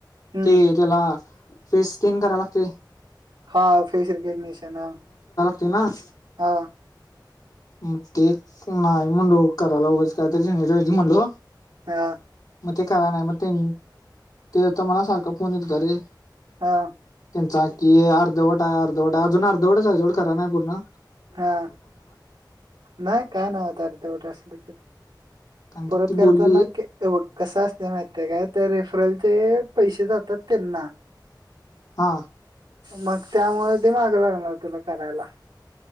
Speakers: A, on the right; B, on the left.
A: हम्म
B: ते त्याला फेस तीन कराव लागते
A: हा फेस रिकग्निशन ह
B: ते ना
A: हा
B: मग ते नाही म्हणलो करायला उगंच काय तरी झण्याजी म्हणलो
A: हा
B: मग ते करा नाही मग ते ते तर मला सारखा फोन येत रे
A: हा
B: त्यांचा की अर्धवट आहे अर्धवट आहे आजुन अर्धवट आहे जेव्हड खर नाही बोलणार
A: हा नाही काय नाही अर्धवट असल क
B: कारण की
A: परत
B: ती
A: करताना
B: बोलली
A: बघ कसं असतय महिती हाय काय, त्या रेफरलचे पैसे जातात तेनां
B: हा
A: मग त्यामुळे ते मागं लागणार तुला करायला.